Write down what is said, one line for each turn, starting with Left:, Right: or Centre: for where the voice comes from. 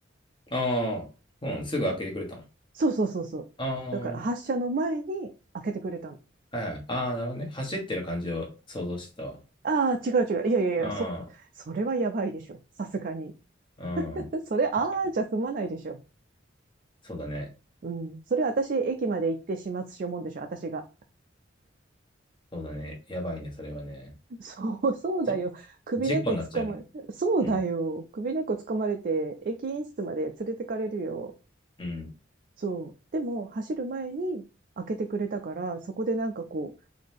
Left: ああ、うん、すぐ開けてくれたの。
Right: そうそうそうそう。
Left: ああ、は
Right: だから発車の前に開けてくれたの。
Left: いはい。ああ、なるほどね。走ってる感じを想像してたわ。
Right: ああ、違う違う。いやいやいや、
Left: あ
Right: そ、それはやばいでしょ。さすがに。
Left: あ、
Right: <laughs>
Left: うん。
Right: それ、ああ、
Left: 確かに。
Right: じゃ済まないでしょ。
Left: そうだね。
Right: うん。それ私、駅まで行って始末しようもんでしょ、私が。
Left: そうだね。やばいね、それはね。
Right: そう、そうだよ。
Left: じ、
Right: 首根っこつかまれ、
Left: 事故になっちゃうね。
Right: そうだよ。
Left: うん、
Right: 首根っこつかまれて、駅員室まで連れてかれるよ。
Left: うん、
Right: そう。でも、走る前に開けてくれたから、そこでなんかこう、